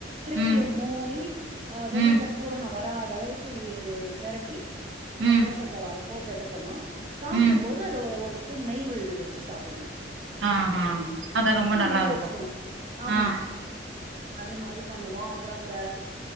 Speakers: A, on the right (about 35°); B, on the right (about 85°).
A: திருப்பியு
B: ம்
A: மூடி அ வெளியில
B: ம்
A: பூரணோ வராத அளவுக்கு இ இ திரட்டி இந்த
B: ம்
A: தோச தவால போட்டு எடுக்கணு சாப்பிடு
B: ம்
A: போது அது ஒ ஒரு ஸ்பூன் நெய் விழுது வச்சு சாப்பிடணு
B: ஆ ஆ அத ரொம்ப
A: குட்டி
B: நல்லா
A: நெய்
B: இருக்கு
A: வச்சுக்கணு ஆமா
B: ஆ
A: அது அது பண்ணுவோ அப்புறோ அந்த